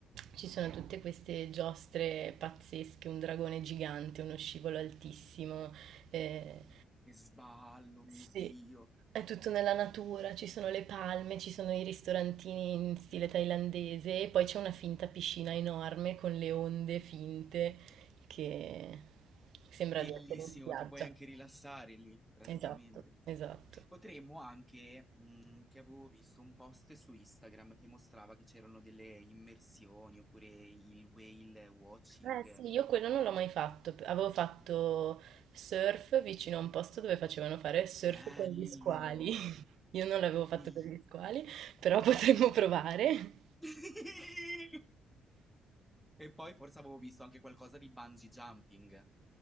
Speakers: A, on the right; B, in the centre.
A: Ci sono tutte queste giostre pazzesche, un dragone gigante, uno scivolo altissimo. eh,
B: Che sballo, mio
A: sì,
B: Dio.
A: è tutto nella natura, ci sono le palme, ci sono i ristorantini in stile thailandese e poi c'è una finta piscina enorme con le onde finte che sembra
B: Bellissimo,
A: di essere in spiaggia.
B: ti puoi anche rilassare lì, praticamente.
A: Esatto, esatto.
B: Potremmo anche, mm, che avevo visto un post su Instagram che mostrava che c'erano delle immersioni oppure il whale watching.
A: Eh sì, io quello non l'ho mai fatto. Avevo fatto surf vicino a un posto dove facevano fare surf
B: Bello,
A: con gli squali. <laughs> Io non l'avevo fatto
B: bellissimo.
A: per gli squali, però <laughs> potremmo provare.
B: <laughs> E poi forse avevo visto anche qualcosa di bungee jumping.